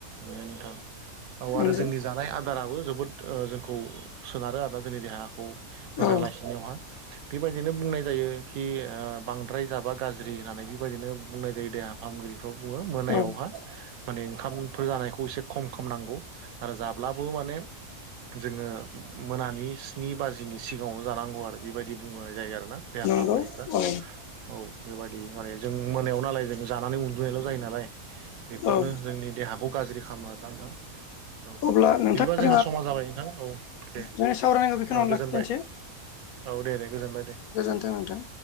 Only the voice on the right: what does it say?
बे नोंथां औ
आरो जोंनि जानाय आदाराबो जोबोद ओ जोंखौ सोनारो आरोना जोंनि देहाखौ मोजां
लाखिनायावहा बेबायदिनो बुंनाय जायो खि ओ बांद्राय जाबा गाज्रि होननानै बिबायदिनो बुंनाय जायो देहा फाहामगिरिफ्राव बुङो मोनायावहा
माने ओंखामफोर जानायखौ एसे खम खम नांगौ आरो जाब्लाबो माने जोङो मोनानि स्नि बाजिनि सिगाङावनो जानांगौ आरो बिबायदि बुंनाय जायो आरो ना देहा
फाहामगिरिफ्रा
औ बेबायदि माने जों मोनायाव नालाय जों जानानै उन्दुनायल' जायो नालाय बेफोरनो
जोंनि देहाखौ गाज्रि खामो आरोना नोंथां औ
बिदिबा जोंहा समा जाबाय नोंथां औ दे
औ गोजोनबाय
औ दे दे गोजोनबाय दे